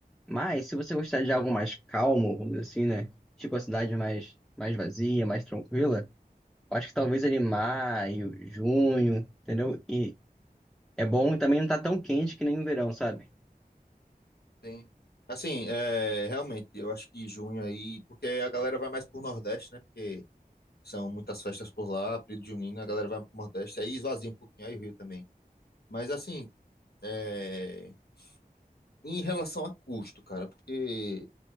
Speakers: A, in the centre; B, on the left.
A: Mas, se você gostar de algo mais calmo, vamos dizer assim, né? Tipo a cidade mais, mais vazia, mais tranquila. Acho que talvez ali maio, junho, entendeu? E é bom e também não tá tão quente que nem no verão, sabe?
B: sim. Assim, é, realmente, eu acho que junho aí... Porque a galera vai mais pro Nordeste, né? Porque são muitas festas por lá, período junino, a galera vai pro Nordeste. Aí esvazia um pouquinho, aí o Rio também. Mas assim... É... Em relação a custo, cara, porque